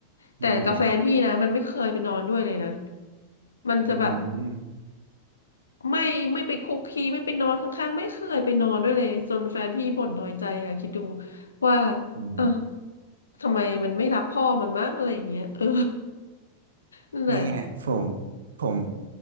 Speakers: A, on the left; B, on the right.
A: แต่กับแฟนพี่นะมันไม่เคยไปนอนด้วยเลยนะ
B: อืม
A: มันจะแบบ
B: อืม
A: ไม่ไม่ไปคุกคีไม่ไปนอนข้างๆไม่เคยไปนอนด้วยเลยจนแฟนพี่บ่นน้อยใจอะคิดดูว่า
B: อืม
A: อ่ะทำไมมันไม่รักพ่อมันมั้งอะไรอย่างเงี้ยเออนั่นแหละ
B: นี่ไงผมผม